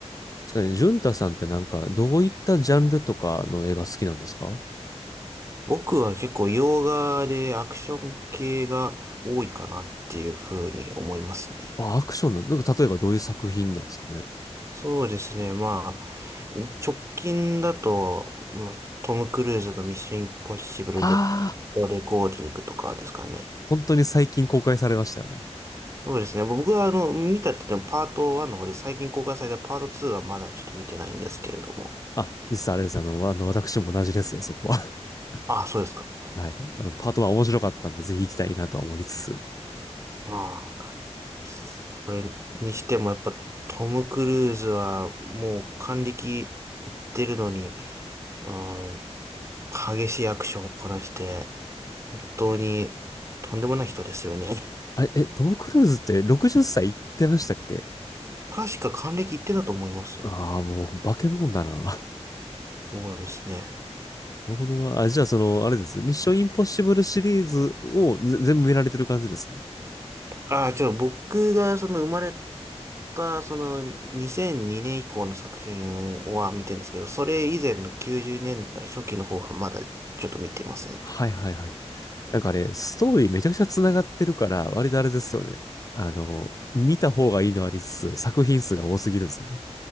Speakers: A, on the left; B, on the right.
A: ですかね、ジュンタさんってなんか、どういったジャンルとかの映画好きなんですか
B: 僕は結構洋画でアクション系が多いかなっていうふうに思いますね。
A: あ、アクションな、なんか例えばどういう作品なんですかね。
B: そうですね。まあ、直近だと、まあトム・クルーズのミッション・インポッシブルで、
A: ああ、
B: レコーディングとかですかね。
A: 本当に最近公開されましたよね。
B: そうですね。僕はあの、見たって言ってもパート1の方で最近公開されたパート2はまだちょっと見てないんですけれども。
A: あ、実はあれです。あの、あの私も同じですよ、そこは。
B: ああ、そうですか。
A: <laughs> はい。あの、パートは面白かったんで、ぜひ行きたいなとは思いつつ。
B: ああ。それにしてもやっぱトム・クルーズはもう還暦いってるのに、あの、激しいアクションをこなして、本当にとんでもない人ですよね。
A: あれ、え、トム・クルーズって60歳行ってましたっけ
B: 確か還暦いってたと思いますよ。
A: ああー、もう、化け物だな。<laughs> な
B: そうですね。
A: るほどな。あ、じゃあ、その、あれです。ミッション・インポッシブルシリーズをぜ全部見られてる感じです。
B: ああ、ちょ、僕がその生まれたその2002年以降の作品は見てるんですけど、それ以前の90年代初期の方はまだちょっと見てません。
A: はいはいはい。なんかあれ、ストーリーめちゃくちゃ繋がってるから、割とあれですよね。あの、見た方がいいのありつつ、作品数が多すぎるんですよね。